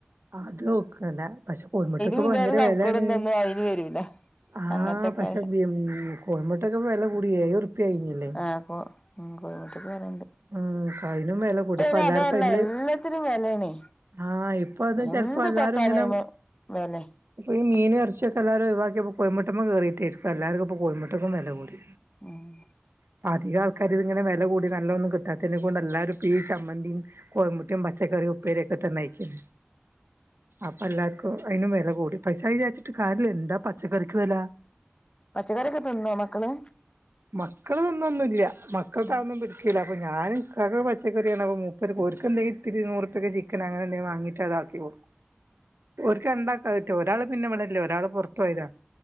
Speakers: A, on the right; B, on the left.
A: അത് നോക്കല്ല പക്ഷെ കൊയ്മുട്ടക്ക്
B: പിന്നെ
A: ഇപ്പ ഭയങ്കര
B: ഒരു കണക്കോടും
A: വിലയാണ്
B: ഇതൊന്നും അയിന് വരൂല
A: ആഹ
B: അങ്ങനത്തൊക്കെ
A: പക്ഷെ കോയമ്പുട്ടൊക്കെ വില കൂടിയ യിഞ്ഞല്ലേ
B: ആഹ് അപ്പൊ ഉം കോഴിമുട്ടക്ക് വെലണ്ട്
A: ആ അതിനും വില കൂടി
B: അയിന്
A: ഇപ്പ എല്ലാർക്കും
B: അതല്ല
A: അതി
B: എല്ലാത്തിനും വെലേണേ
A: ആഹ ഇപ്പ അത ചെല
B: എന്ത്
A: പ്പോ എല്ലരും
B: തൊട്ടാലും
A: ഇങ്ങനെ
B: അയിമെ വെലേ
A: ഈ മീനും ഏറെച്ചിം ഒക്കെ എല്ലാരും ഓയ്‌വാക്കിയപ്പോ കോയമുട്ടമ്മം കയറിയിട്ടായിരിക്ക എല്ലാവർും ഇപ്പോ കോയമുട്ടക്കും വില കൂടി
B: ആഹ
A: അപ്പ അധിക ആൾക്കാരി ഇങ്ങന വില അധികം ആൾക്കാരും ഇത് ങ്ങനെ കൂടി നല്ല ഒന്നും കിട്ടത്തതിനെ കൊണ്ട് എല്ലാരും ഈ ചമ്മന്തിയും കോയമ്പമുട്ടും പച്ചക്ക ഉപേരക്കക്കതന്നെനെയ്ക്കും അപ്പ എല്ലർക്കും അതിനും വില കൂടി പൈസ വിചാരിച്ചിട്ട് കാരില് എന്താ പച്ചക്കറിക്ക് വില
B: പച്ചക്കറിയൊക്കെ തിന്നോ മക്കള്
A: മക്കൾ ഒന്നുംതിന്നോന്നുല്ല മക്കൾക്ക്അതൊന്നും
B: ഉം
A: പറ്റൂല അപ്പോൾ ഞും കക പച്ചക്കറിയാണ് ഞാൻ ഇക്കാക്ക ക്ക് പച്ചക്കറി ആണ് അപ്പോൾ മുപ്പർ ക്ക് ഓർക്ക് എന്തെില ഇത്തിരിൂറപ്പക്ക ചിക്കൻ അങ്ങനെ എന്തെങ്കും വാങ്ങിട്ട് അങ്ങോട്ടാകും ക്ക ഉണ്ടാക്കാ പറ്റ ഒരാൾ പിന്നെ ഇവിടെല്ലേ ഒരാള് പുൊറത്ത പോരാ